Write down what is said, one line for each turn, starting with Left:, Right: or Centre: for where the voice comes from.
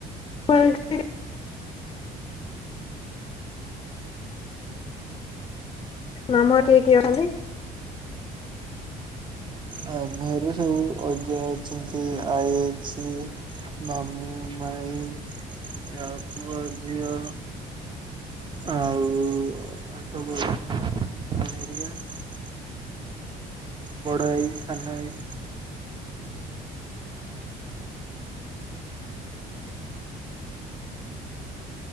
Left: ମାମୁଁ ଘରେ ମାମୁଁ ଘରେ କିଏ କିଏ ରହନ୍ତି?
Right: ମାମୁଁ ଘରେ ସବୁ ଅଜା। ଅଛନ୍ତି ଆଈ ଅଛି ମାମୁଁ ମାଇଁ। ଆଉ ତୁ ଅ ଅ ଝିଅ। ଆଉ। ଆଉ ସବୁ <unintelligible> ଭଉଣି ହେରିକା। ବଡ଼ ଆଈ ସାନ ଆଈ।